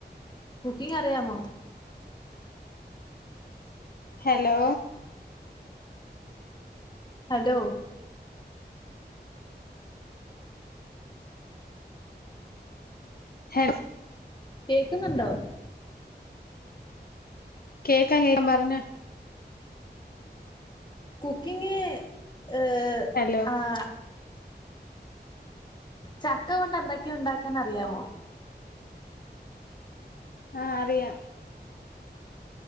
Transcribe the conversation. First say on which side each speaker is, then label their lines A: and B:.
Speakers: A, on the left; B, on the left.
A: കുക്കിംഗ് അറിയാമോ?
B: ഹലോ
A: ഹലോ
B: ഹലോ
A: കേൾക്കുന്നുണ്ടോ?
B: കേൾക്കാം കേൾക്കാം. പറഞ്ഞോ?
A: കുക്കിംഗ് ഹ്
B: ഹലോ
A: ആഹ് ചക്ക കൊണ്ട് എന്തൊക്കെയ ഉണ്ടാക്കാൻ അറിയാമോ?
B: ആഹ് അറിയാം